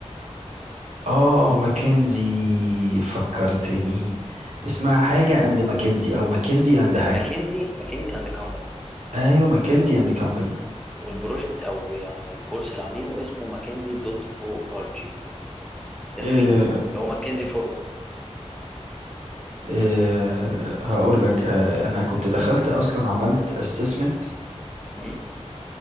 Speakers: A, on the right; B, in the centre.
A: اه ماكنزي فكرتني اسمها حاجة اند ماكنزي او ماكنزي اند
B: لا
A: حاجة
B: ماكنزي ماكنزي اند كومباني
A: ايوه ماكنزي اند كمباني
B: والبروجكت او يعني الكورس اللي عاملينه اسمه ماكنزي دوت او ار جي ده
A: إيه
B: فري ده اللي هو ماكنزي فورورد
A: إيه هقول لك آه، انا كنت دخلت اصلا عملت اسسمنت
B: مم،